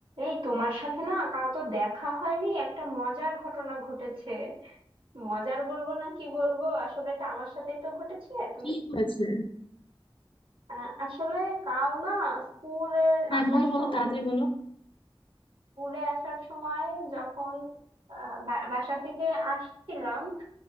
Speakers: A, on the right; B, on the left.
A: এই তোমার সাথে না কাল তো দেখা হয়নি একটা মজার ঘটনা ঘটেছে মজার বলবো না কি বলবো আসলে এটা আমার সাথেই তো ঘটেছে তুমি
B: কি হয়েছে
A: আহ, আসলে কাল না স্কুলে
B: হ্যাঁ
A: আসার
B: বলো বলো
A: সময়
B: তাড়াতাড়ি বলো
A: স্কুলে আসার সময় যখন আহ, বা- বাসা থেকে আসছিলাম